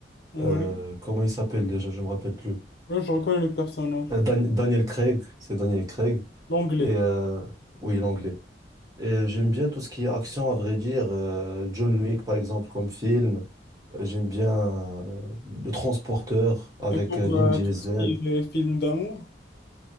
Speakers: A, on the left; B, on the right.
A: Oui.
B: euh, comment il s'appelle déjà, je me rappelle plus.
A: Oui, je reconnais le personnage.
B: Euh, Dan- Daniel Craig, c'est Daniel Craig.
A: L'anglais.
B: Et euh, oui, l'anglais. Et euh, j'aime bien tout ce qui est action, à vrai dire. euh, John Wick, par exemple, comme film. Euh, J'aime bien euh, Le Transporteur avec
A: Et pour
B: euh, Vin
A: euh,
B: Diesel.
A: tout ce qui est film d'amour?